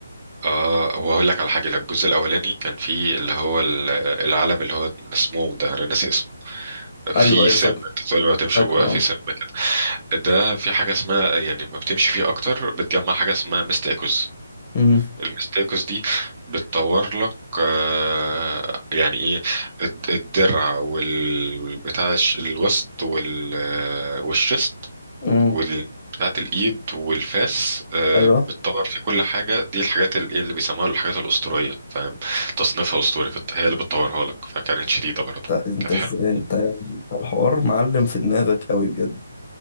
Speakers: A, on the right (about 35°); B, on the left (about 35°).
A: اه وهقول لك على حاجة الجزء الأولاني كان فيه اللي هو ال- العلم اللي هو اسمه ده أنا ناسي في
B: ايوه ايوه
A: سم
B: فاكره
A: انت كل ما بتمشي
B: فاكره
A: بيبقى
B: اه
A: في سم كده ده في حاجه اسمها يعني ما بتمشي فيه اكتر بتجمع حاجه اسمها مستيكوز
B: أمم،
A: المستيكوز دي بتطور لك آه، يعني ايه الد- الدرع والبتاع الوسط وال آه، والشست
B: امم
A: وال بتاعت الايد والفاس آه،
B: ايوه
A: بتطور في كل حاجه دي الحاجات اللي, اللي بيسموها الحاجات الاسطوريه فاهم تصنيفها اسطوري فت- هي اللي بتطورها لك فكانت شديده برضه
B: انت انت
A: كانت حلوه
B: إز- انت أنت الحوار معلم في دماغك قوي بجد